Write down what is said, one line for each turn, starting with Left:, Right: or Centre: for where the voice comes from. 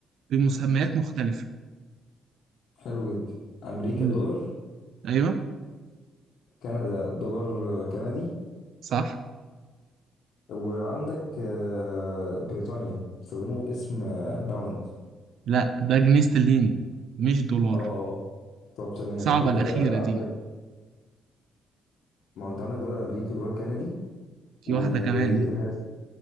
Right: بمسميات مختلفة
Left: حلو جدا أمريكا
Right: مم.
Left: دولار
Right: أيوه
Left: كندا دولار كندي
Right: صح
Left: وعندك آه، بريطانيا بيستخدموا اسم آه، باوند
Right: لا ده جنيه استرليني مش دولار
Left: اه اه طب تمام
Right: صعبة
Left: يبقى
Right: الأخيرة دي
Left: عندك ما هو انت عندك دولار امريكي ودولار كندي
Right: في
Left: وهل
Right: واحدة كمان